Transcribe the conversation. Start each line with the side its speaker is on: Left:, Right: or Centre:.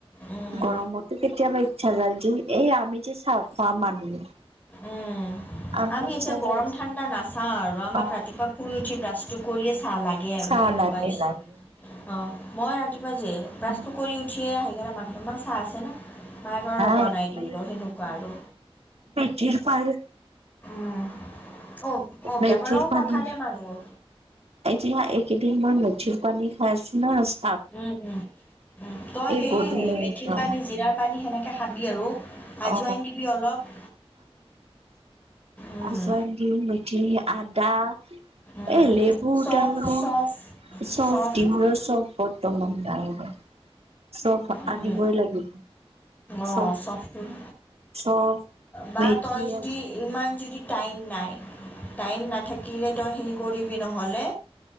Left: উম
Right: গৰমটো কেতিয়াবা ইচ্ছা যায় দে এই আমি যে চাহ খোৱা মানুহ।
Left: উম
Right: আমাৰ
Left: আমি
Right: ইচ্ছা
Left: এতিয়া গৰম
Right: যায়
Left: ঠাণ্ডা নাচাওঁ আৰু আমাক
Right: অ
Left: ৰাতিপুৱা শুই উঠি ব্ৰাছটো কৰিয়ে চাহ লাগে। গে আৰু
Right: চাহ
Left: সেনেকুৱা
Right: লাগে
Left: হৈছে।
Right: লাগে
Left: অ' মই ৰাতিপুৱা যে ব্ৰাছটো
Right: উম
Left: কৰি উঠিয়ে আহি কেনি মাঁহতক মাঁ চাহ আছে নে। মায়ে কয়
Right: নাই
Left: আৰু ৰ বনাই
Right: মই
Left: দিও ৰ
Right: এইকেইদিন
Left: সেনেকুৱা আৰু।
Right: মেথিৰ পানী
Left: উ, অ' অভ্যাস
Right: মেথিৰ
Left: লগত
Right: পানী
Left: কথা দে মানুহৰ।
Right: এতিয়া একেদিন মই মিচ্ছিৰ পানী খাই আছো নাছ
Left: উম, উম, তই সেই
Right: গধূলি
Left: মেথিৰ
Right: খাম
Left: পানী জিৰাৰ পানী সেনেকে খাবি আৰু আজোৱাইন
Right: অ
Left: দিবি অলপ। উম,
Right: আজোৱাইন দি মেঠি আদা
Left: উম।
Right: এ লেবু
Left: চফ
Right: তাৰমানে
Left: চফ
Right: চব
Left: চফটো
Right: ডিম চব বৰ্তমান নাই ঘৰত চব
Left: উম,
Right: আনিবই লাগিব
Left: অ'
Right: চব
Left: চফটো
Right: চ
Left: বা
Right: বেছি
Left: তই যদি
Right: আছে।
Left: ইমান যদি টাইম নাই টাইম নাথাকিলে তই হেৰি কৰিবি নহ'লে